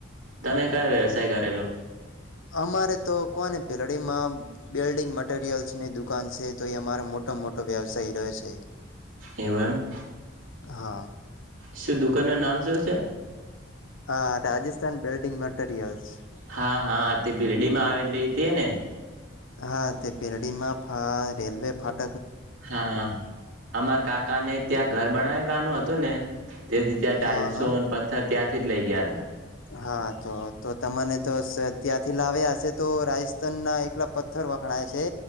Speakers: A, on the right; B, on the left.
A: તમે કયા વ્યવસાય કરેલો?
B: અમારે તો કોને પેલડીમાં આમ બિલ્ડિંગ મટીરયલ્ છી ની દુકાન છે તો એ અમારો મોટા મોટો વ્યવસાય રહે છે એ.
A: એવું એમ.
B: હા.
A: શું દુકાન નો નામ શું છે?
B: આહ, રાજસ્થાન બિલ્ડીંગ મેટરીયલ્સ.
A: હા હા. હા તે બીરડી માં આવેલી રહતી ને?
B: હા તે પેરડીમાં ફા રેલવે ફાટ
A: હા હા અમાર કાકાને ત્યાં ઘર બનાએ નાનું હતું ને તેથી ત્યાં ટાઇલ્સો
B: હા હા
A: પથ્થર ત્યાં સીટ લઈ ગયા હતા.
B: હા તો તો તમેને તો સ ત્યાંથી લાવ્યા હશે તો રાજસ્થાન ના એકલા પથ્થર વખણાય છે.